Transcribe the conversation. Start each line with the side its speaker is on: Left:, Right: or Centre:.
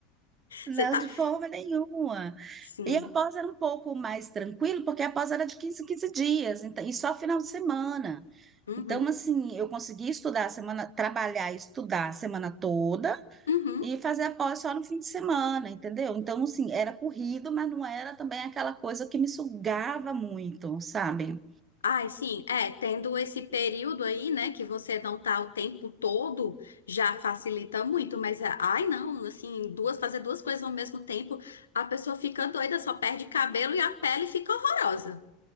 Right: Não,
Left: Você tá
Right: de forma nenhuma.
Left: sim.
Right: E a pós era um pouco mais tranquilo, porque a pós era de quinze, em 15 dias, então, e só final de semana.
Left: Uhum,
Right: Então, assim, eu consegui estudar a semana, trabalhar e estudar a semana toda,
Left: uhum.
Right: E fazer a pós só no fim de semana, entendeu? Então, assim, era corrido, mas não era também aquela coisa que me sugava muito, sabe?
Left: Ai, sim, é, tendo esse período aí, né, que você não tá o tempo todo, já facilita muito, mas, é, ai, não, assim, duas, fazer duas coisas ao mesmo tempo, a pessoa fica doida, só perde cabelo e a pele fica horrorosa.